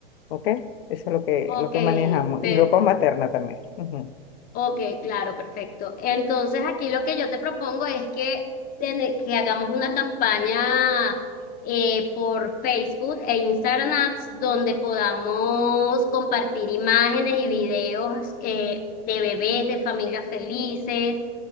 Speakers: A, on the left (about 70°); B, on the left (about 30°).
A: ¿ok? Eso es lo que,
B: Ok,
A: lo que manejamos.
B: pe-
A: Y ropa materna también. ujú.
B: Ok, claro, perfecto. Entonces aquí lo que yo te propongo es que, ten- que hagamos una campaña eh, por Facebook e Instagram Ads donde podamos compartir imágenes y videos eh, de bebés, de familias felices,